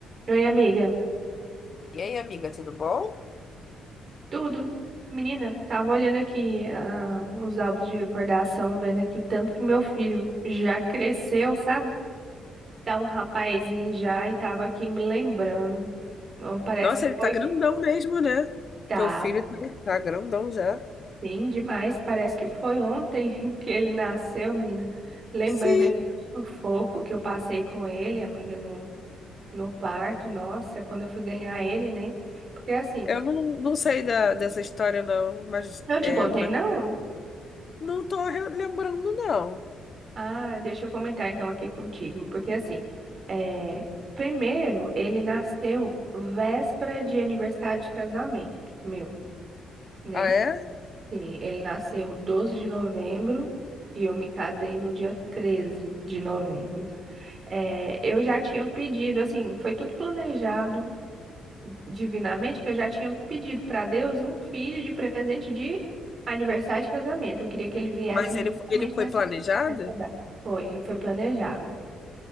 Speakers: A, on the right (about 45°); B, on the left (about 45°).
A: Oi, amiga.
B: E aí, amiga, tudo bom?
A: Tudo? Menina, tava olhando aqui ah, os álbuns de recordação, vendo aqui o tanto que meu filho já cresceu, sabe? Tá um rapazinho já e tava aqui me lembrando. Hum, Parece
B: Nossa,
A: que
B: ele
A: foi.
B: tá grandão mesmo, né?
A: Tá,
B: Teu filho tá tá grandão já.
A: sim, demais. Parece que foi ontem <laughs> que ele nasceu, menina. Lembrando
B: Sim,
A: aqui do sufoco que eu passei com ele, amiga, no, no parto. Nossa, quando eu fui ganhar ele, né? Porque assim,
B: eu não, não sei da, dessa história, não, mas
A: não
B: é
A: te contei,
B: mas-
A: não?
B: Não tô re- lembrando, não.
A: Ah, deixa eu comentar então aqui contigo, porque assim, é, primeiro ele nasceu véspera de aniversário de casamento meu, né?
B: Ah, é?
A: Sim, ele nasceu 12 de novembro e eu me casei no dia 13 de novembro. É, eu já tinha pedido, assim, foi tudo planejado divinamente, que eu já tinha pedido para Deus um filho de presente de aniversário de casamento. Eu queria que ele viesse
B: Mas ele,
A: justamente
B: fo- ele foi
A: nessa,
B: planejado?
A: nessa data. Foi, ele foi planejado.